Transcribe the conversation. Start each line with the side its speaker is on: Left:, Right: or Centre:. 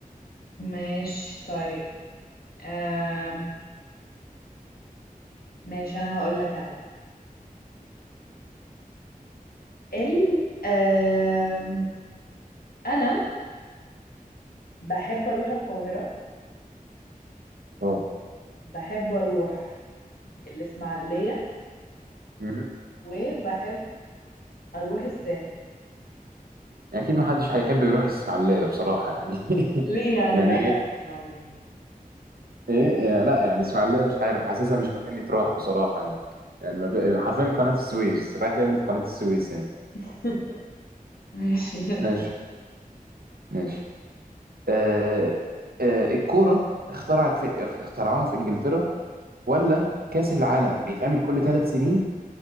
Left: ماشي طيب آم، ماشي انا هقول لك انا ال آم، انا بحب اروح القاهرة
Right: اه
Left: وبحب اروح الاسماعيلية
Right: مم.
Left: وبحب اروح الساحل
Right: اكيد ما حدش هيحب يروح الاسماعيليه بصراحه يعني
Left: ليه
Right: <laughs>
Left: يعني
Right: يعني
Left: ولا
Right: إيه؟
Left: الاسماعيلية
Right: ايه يا- لا يعني اسماعيليه مش عارف حاسسها مش مكان يتراح بصراحه يعني يعني ما في- حرفيا قناه السويس رايح تعمل في قناه السويس يعني
Left: <laughs> ماشي يا
Right: ماشي
Left: سهل
Right: ماشي آه آه الكوره اخترعت في اخترعوها في انجلترا ولا كاس العالم بيتعمل كل ثلاث سنين